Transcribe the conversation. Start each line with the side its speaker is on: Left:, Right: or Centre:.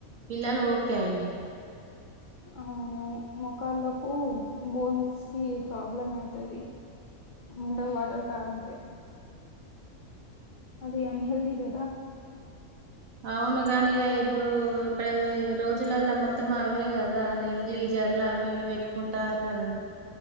Right: పిల్లలు ఓకే అయిన
Left: అవునవును మోకాళ్ళకు బోన్స్ కి ప్రాబ్లం అయితుది మినరల్ వాటర్ తాగితే అది అన్ హెల్ది కదా
Right: అవును గాని ఇప్పుడు ఇప్పుడు రోజులలా మొత్తం అవే కదా అ నీలు జల్ అవి ఇవి పెట్టుకుంటారు కదా